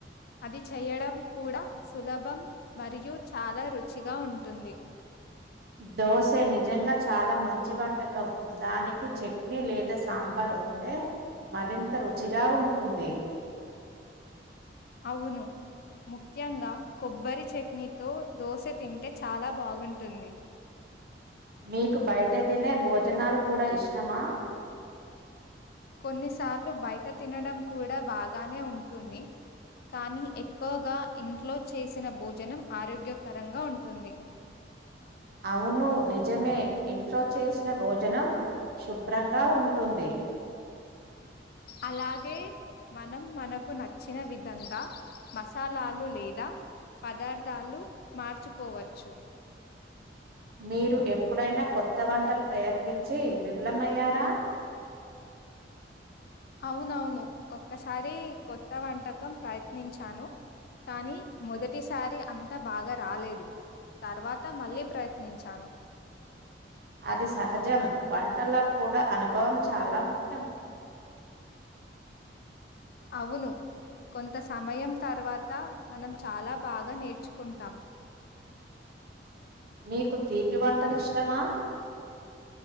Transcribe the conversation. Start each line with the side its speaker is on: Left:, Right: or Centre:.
Left: అది చేయడం కూడా సులభం మరియు చాలా రుచిగా ఉంటుంది
Right: దోస నిజంగా చాలా మంచి వంటకం దానికి చట్నీ లేదా సాంబార్ ఉంటే మరింత రుచిగా ఉంటుంది
Left: అవును ముఖ్యంగా కొబ్బరి చట్నీతో దోశ తింటే చాలా బాగుంటుంది
Right: మీకు బయట తినే భోజనాలు కూడా ఇష్టమా
Left: కొన్నిసార్లు బయట తినడం కూడా బాగానే ఉంటుంది కానీ, ఎక్కువగా ఇంట్లో చేసిన భోజనం ఆరోగ్యకరంగా ఉంటుంది.
Right: అవును నిజమే ఇంట్లో చేసిన భోజనం శుభ్రంగా ఉంట్. టుంది.
Left: అలాగే మనం మనకు నచ్చిన విధంగా. మసాలాలు లేదా పదార్థాలు మార్చుకోవచ్చు.
Right: మీరు ఎప్పుడైనా కొత్త వంటలు ప్రయత్నించి విఫలమయ్యారా? <inaudible>
Left: అవునవును ఒక్కసారి కొత్త వంటకం ప్రయత్నించాను. కానీ మొదటిసారి అంతా బాగా రాలేదు. తర్వాత మళ్ళీ ప్రయత్నించాను
Right: అది సహజం వంటల కూడా అనుభవం చాలా ముఖ్యం
Left: అవును కొంత సమయం తర్వాత మనం చాలా బాగా నేర్చుకుంటాం
Right: మీీకు తీపి వంటలి ఇష్టమా